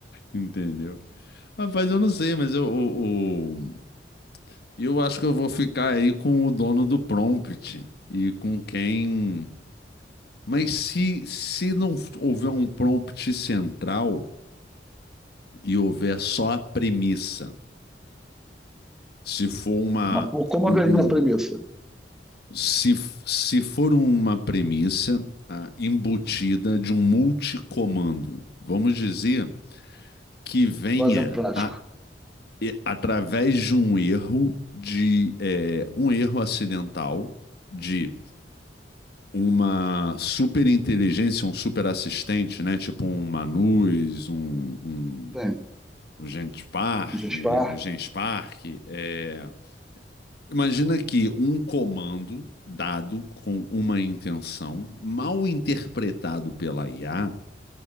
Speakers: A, on the left; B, in the centre.
A: Entendeu? Rapaz, eu não sei, mas eu, o- o- eu, acho que eu vou ficar aí com o dono do prompt e com quem. Mas se, se não houver um prompt central e houver só a premissa, se for uma,
B: Mas pô, como
A: um,
B: haveria
A: um
B: a premissa?
A: Se, se for uma premissa ah, embutida de um multicomando, vamos dizer que venha
B: Um exemplo prático.
A: a- e- através de um erro de eh, um erro acidental de uma superinteligência, um superassistente, né? Tipo um Manus, um, um,
B: Tem.
A: o Genspark,
B: Gespar.
A: né? O Genspark, é, Imagina que um comando dado com uma intenção, mal interpretado pela IA,